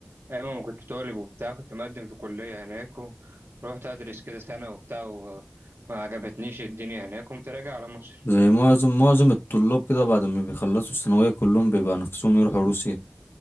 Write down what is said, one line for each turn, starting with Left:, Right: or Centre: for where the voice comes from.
Right: أيام ما كنت طالب وبتاع كنت مقدم في كلية هناك و- ورحت أدرس كده سنة وبتاع وما عجبتنيش الدنيا هناك قمت راجع على مصر
Left: زي معظم معظم الطلاب كده بعد ما بيخلصوا الثانوية كلهم بيبقى نفسهم يروحوا روسيا